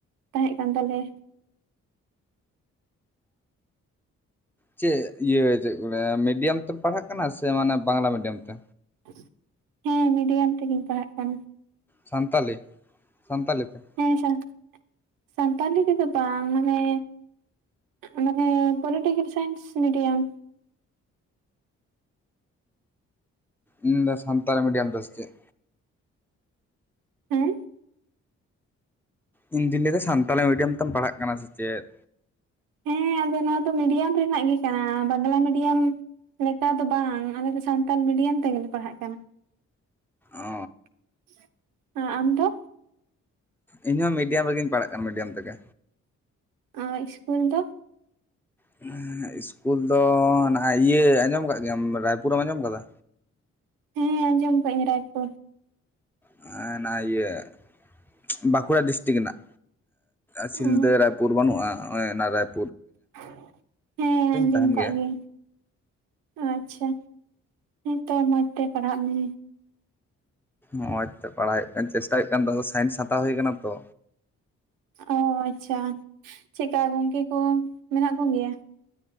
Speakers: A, on the right; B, in the centre.
A: ᱛᱟᱸᱦᱮᱜ ᱠᱟᱱ ᱛᱟᱞᱮᱭᱟ
B: ᱪᱮᱫ ᱤᱭᱟᱹ ᱪᱮᱫ ᱠᱚ ᱞᱮᱭᱟ ᱢᱤᱰᱤᱭᱟ. ᱢ ᱛᱮᱢ ᱯᱟᱲᱦᱟᱜ ᱠᱟᱱᱟ ᱥᱮ ᱢᱟᱱᱮ ᱵᱟᱝᱞᱟ ᱢᱤᱰᱤᱭᱟ. ᱢ ᱛᱮ?
A: <unintelligible> ᱦᱮᱸ ᱢᱤᱰᱤᱭᱟ. ᱢ ᱛᱮᱜᱤᱧ ᱯᱟᱲᱦᱟᱜ ᱠᱟᱱᱟ
B: ᱥᱟᱱᱛᱟᱞᱤ ᱥᱟᱱᱛᱟᱞᱤ ᱛᱮ?
A: ᱦᱮᱸ ᱥᱟᱱᱛ <unintelligible> ᱥᱟᱱᱛᱟᱞᱤ ᱛᱮᱫᱚ ᱵᱟᱝ ᱢᱟᱱᱮ ᱢᱟᱱᱮ ᱯᱚᱞᱤᱴᱤᱠᱟᱞ ᱥᱟᱭᱮᱱᱥ ᱢᱤᱰᱤᱭᱟ. ᱢ
B: ᱤᱧ ᱫᱚᱧ ᱥᱟᱱᱛᱟᱲᱤ ᱢᱤᱰᱤᱭᱟᱢ ᱛᱮ ᱥᱮ ᱪᱮᱫ
A: ᱦᱮᱸ
B: ᱤᱧ ᱫᱩᱧ ᱞᱟᱹᱭ ᱮᱫᱟ ᱥᱟᱱᱛᱟᱞᱤ ᱢᱤᱰᱤᱭᱟᱢ ᱛᱮᱢ ᱯᱟᱲᱦᱟᱜ ᱠᱟᱱᱟ ᱥᱮ ᱪᱮᱫ
A: ᱦᱮᱸ ᱟᱫᱚ ᱱᱚᱣᱟ ᱫᱚ ᱢᱤᱰᱤᱭᱟᱢ ᱨᱮᱱᱟᱜ ᱜᱮ ᱠᱟᱱᱟ ᱵᱟᱝᱞᱟ ᱢᱤᱰᱤᱭᱟᱢ ᱞᱮᱠᱟ ᱫᱚ ᱵᱟᱝ ᱟᱞᱮ‌ ᱫᱚ ᱥᱟᱱᱛᱟᱲᱤ ᱢᱤᱰᱤᱭᱟᱢ ᱛᱮᱜᱮ ᱞᱮ ᱯᱟᱲᱦᱟᱜ ᱠᱟᱱᱟ
B: ᱚ
A: <unintelligible> ᱚ ᱟᱢ ᱫᱚ?
B: ᱤᱧᱦᱚᱸ ᱢᱤᱰᱤᱭᱟᱢ ᱨᱮᱜᱮᱧ ᱯᱟᱲᱟᱜ ᱠᱟᱱᱟ ᱢᱤᱰᱤᱭᱟᱢ ᱛᱮᱜᱮ
A: ᱟᱨ ᱤᱥᱠᱩᱞ ᱫᱚ?
B: <unintelligible> ᱤᱥᱠᱩᱞ ᱫᱚ ᱱᱟᱦᱟᱜ ᱤᱭᱟᱹ ᱟᱸᱡᱚᱢ ᱟᱠᱟᱫ ᱜᱮᱭᱟᱢ ᱨᱟᱭᱯᱩᱨ ᱮᱢ ᱟᱸᱡᱚᱢ ᱟᱠᱟᱫᱟ?
A: ᱦᱮᱸ ᱟᱸᱡᱚᱢ ᱟᱠᱟᱜ ᱟᱧ ᱨᱟᱭᱯᱩᱨ
B: ᱟ... ᱱᱟ ᱤᱭᱟᱹ ᱵᱟᱸᱠᱩᱲᱟ ᱰᱤᱥᱴᱤᱠ ᱨᱮᱱᱟᱜ ᱥᱤᱞᱫᱟᱹ
A: ᱚ
B: ᱨᱟᱭ ᱼᱼ ᱯᱩᱨ ᱵᱟᱹᱱᱩᱜᱼᱟ ᱱᱚᱜ-ᱚᱭ ᱨᱟᱭ ᱼᱼ
A: <unintelligible> ᱦᱮᱸ ᱟᱸᱡᱚᱢ
B: ᱛᱟᱦᱮᱱ
A: ᱟᱠᱟᱜ
B: ᱜᱮᱭᱟ
A: ᱜᱤᱭᱟᱹᱧ, ᱟᱪᱪᱷᱟ.. ᱦᱮᱸ ᱛᱚ ᱢᱚᱸᱡᱽ ᱛᱮ ᱯᱟᱲᱦᱟᱜ ᱢᱮ
B: ᱦᱚᱸ-ᱚᱭ ᱛᱚ ᱯᱟᱲᱦᱟᱣ ᱦᱩᱭᱩᱜ ᱠᱟᱱᱟ ᱪᱮᱥᱴᱟᱭ ᱦᱩᱭᱩᱜ ᱠᱟᱱ ᱛᱚ ᱥᱟᱭᱮᱱᱥ ᱦᱟᱛᱟᱣ ᱦᱩᱭ ᱟᱠᱟᱱᱟ ᱛᱚ
A: ᱚ ᱟᱪᱪᱷᱟ ᱪᱮᱫ ᱞᱮᱠᱟ ᱜᱚᱝᱠᱮ ᱠᱚ ᱢᱮᱱᱟᱜ ᱠᱚ ᱜᱮᱭᱟ?